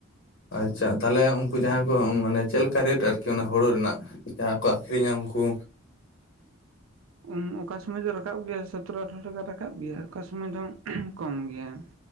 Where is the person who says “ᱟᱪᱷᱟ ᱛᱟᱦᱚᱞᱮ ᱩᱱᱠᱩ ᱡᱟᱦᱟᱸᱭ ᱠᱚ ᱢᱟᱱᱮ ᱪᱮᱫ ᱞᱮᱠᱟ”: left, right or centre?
Left